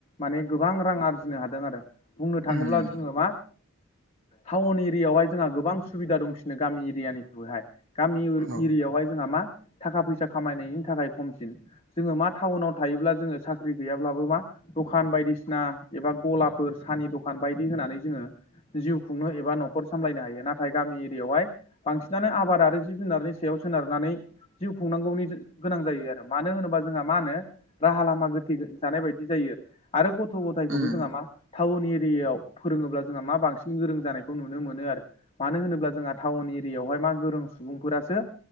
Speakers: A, on the left (about 30°); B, on the right (about 65°).
A: माने गोबां रां आरजिनो हादों आरो बुंनो थाङोब्ला
B: उम
A: जोङो मा टाउन एरियायावहाय जोंहा गोबां सुबिदा दंसिनो गामि एरियानिख्रुइहाय गामि
B: औ
A: एरियायावहाय जोंहा मा थाखा फैसा खामायनायनि थाखाय खमसिन जोङो मा टाउनाव थायोब्ला जोङो साख्रि गैयाब्लाबो मा दखान बायदिसिना एबा गलाफोर सानि दखान बायदि होनानै जोङो जिउ खुंनो एबा नखर सामलायनो हायो नाथाय गामि एरियायावहाय बांसिनानो आबाद आरो जिब जुनारनि सायाव सोनारनानै जिउ खुंनांगौनि गोनां जायो आरो मानो होनोबा जोंहा मा होनो राहा लामा गोथेजानाय बायदि जायो आरो आरो गथ' गथायखौबो
B: उम
A: जोंहा मा टाउन एरियायाव फोरोङोब्ला जोंहा मा बांसिन गोरों जानायखौ नुनो मोनो आरो मानो होनोब्ला जोंहा टाउन एरियायावहाय मा गोरों सुबुंफोरासो